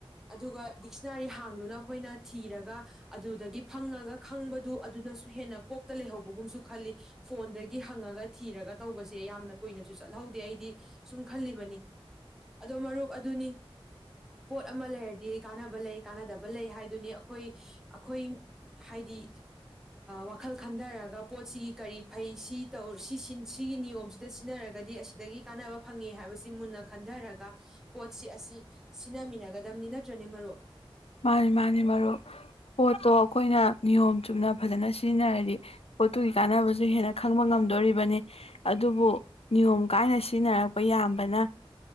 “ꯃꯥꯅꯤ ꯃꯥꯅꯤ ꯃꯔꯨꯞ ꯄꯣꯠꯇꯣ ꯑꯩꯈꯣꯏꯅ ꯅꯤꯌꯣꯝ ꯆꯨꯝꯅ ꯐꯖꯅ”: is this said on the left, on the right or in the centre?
Left